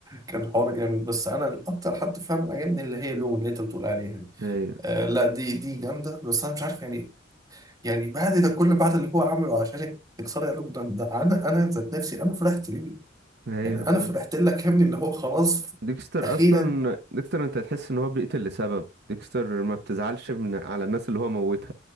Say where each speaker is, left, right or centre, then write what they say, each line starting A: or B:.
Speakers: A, on the right; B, on the right.
A: كان حوار جامد بس انا اكتر حد فعلا عجبني اللي هي لون اللي انت بتقول عليها دي
B: ايوه
A: آه لا دي دي جامدة بس انا مش عارف يعني يعني بعد ده كل بعد اللي هو عمله عشانك تكسري قلبه ده ده انا انا ذات نفسي انا فرحت ليه
B: ايوه
A: يعني
B: فاهم
A: انا فرحت لك يا ابني اللي هو خلاص
B: ديكستر
A: اخيرا
B: اصلا ديكستر انت تحس ان هو بيقتل لسبب ديكستر ما بتزعلش من على الناس اللي هو موتها